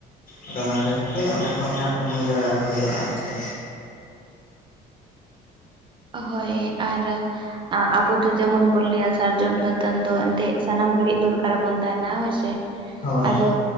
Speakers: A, on the left; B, on the right.
A: ᱟᱫᱚ ᱚᱱᱟ ᱠᱷᱟᱹᱛᱤᱨ ᱛᱮ ᱚᱸᱰᱮ ᱠᱷᱚᱱ ᱜᱮ ᱛᱩᱢᱟᱹᱞ ᱡᱟᱣᱨᱟ ᱟᱹᱜᱩ ᱦᱩᱭᱩᱜᱼᱟ ᱟᱨ ᱪᱮᱫ᱾
B: ᱦᱳᱭ ᱟᱨ ᱟ ᱟᱵᱚ ᱫᱚ ᱡᱮᱢᱚᱱ ᱵᱚᱱ ᱞᱟᱹᱭᱟ ᱥᱟᱨᱡᱚᱢ ᱫᱟᱹ ᱛᱟᱹᱱ ᱫᱚ ᱮᱱᱛᱮᱫ ᱥᱟᱱᱟᱢ ᱜᱷᱟᱹᱲᱤᱡ ᱫᱚᱨᱠᱟᱨᱟᱵᱚᱱ ᱛᱟᱦᱮᱱᱟ ᱦᱳᱭ ᱥᱮ,
A: ᱦᱳᱭ
B: ᱟᱫᱚ